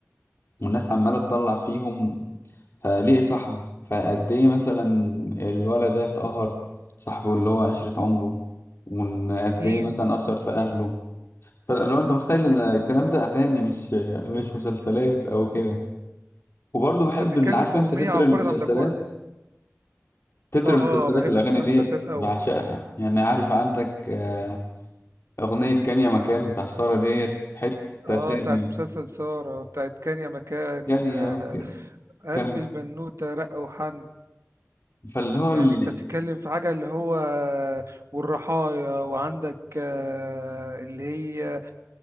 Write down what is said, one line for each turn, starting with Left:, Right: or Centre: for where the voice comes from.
Left: والناس عماله تطلع فيهم فليه صاحبه فقد ايه مثلا الولد ده اتقهر صاحبه اللي هو عشرة عمره وقد
Right: اكيد
Left: ايه مثلا أثر في أهله فلو انت متخيل ان الكلام ده أغاني مش مش مسلسلات أو كده وبرضه بحب
Right: انت بتتكلم
Left: ان عارف
Right: في
Left: انت
Right: اغنيه
Left: تتر
Right: عبرت
Left: المسلسلات
Right: عن ده كله
Left: تتر
Right: اه
Left: المسلسلات
Right: بحب
Left: الأغاني
Right: تتر
Left: ديت
Right: المسلسلات قوي
Left: بعشقها يعني عارف عندك آه، أغنية كان يا مكان بتاع سارة ديت حتة
Right: اه
Left: تانية
Right: بتاعت مسلسل سارة بتاعت كان يا مكان
Left: يعني
Right: آه،
Left: يا مكان
Right: قلب
Left: كان
Right: البنوتة رق وحن
Left: فاللي هو
Right: يعني
Left: ال-
Right: انت بتتكلم في حاجة اللي هو والرحايا وعندك آه، اللي هي